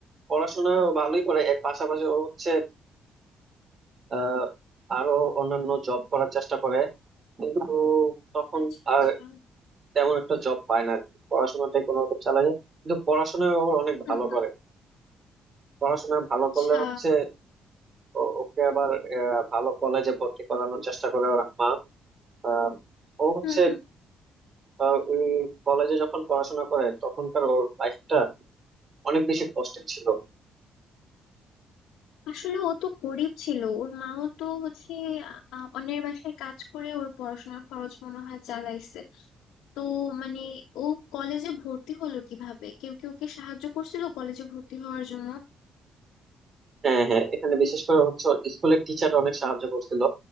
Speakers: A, on the right; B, on the left.
A: পড়াশোনা ও ভালোই করে এর পাশাপাশি ও হচ্ছে আহ আরো অন্যান্য জব করার চেষ্টা করে কিন্তু তখন
B: আচ্ছা
A: আর
B: আচ্ছা
A: তেমন একটা জব পায় না আর কি পড়াশোনাটাই কোনো রকম চালায় যায় কিন্তু পড়াশোনায় ও আবার অনেক
B: হুম
A: ভালো
B: হুম
A: করে পড়াশোনা ভালো
B: আচ্ছা
A: করলে হচ্ছে ও- ওকে আবার আহ, ভালো কলেজে ভর্তি করানোর চেষ্টা করে ওর মা আহ, ও হচ্ছে
B: হুম হুম
A: আহ, ওই কলেজে যখন পড়াশোনা করে তখনকার ওর লাইফটা অনেক বেশি কষ্টের ছিল
B: আসলে ও তো গরিব ছিল ওর মাও তো হচ্ছে আ, অন্যের বাসায় কাজ করে ওর পড়াশোনার খরচ মনে হয় চালাইছে তো মানে ও কলেজে ভর্তি হলো কিভাবে কেউ কি ওকে সাহায্য করছিল কলেজে ভর্তি হওয়ার জন্য
A: হ্যাঁ হ্যাঁ এখানে বিশেষ করে হচ্ছে স্কুলের টিচার অনেক সাহায্য করছিল